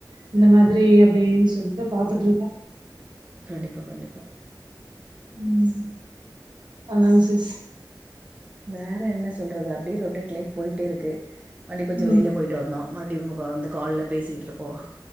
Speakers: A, on the right; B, on the right.
A: இந்த மாதிரி அப்டின் சொல்ட்டு பாத்துட்ருக்க
B: கண்டிப்பா கண்டிப்பா
A: ம் அதா சிஸ்
B: வேற என்ன சொல்றது அப்டியே ரொடேட் லைஃப் போயிட்டு இருக்கு அப்டே கொஞ்ச
A: ம்
B: வெளில போய்ட்டு வர்னோ மறுப்டி வ் வ அந்த கால்ல பேசிட்ருக்கோ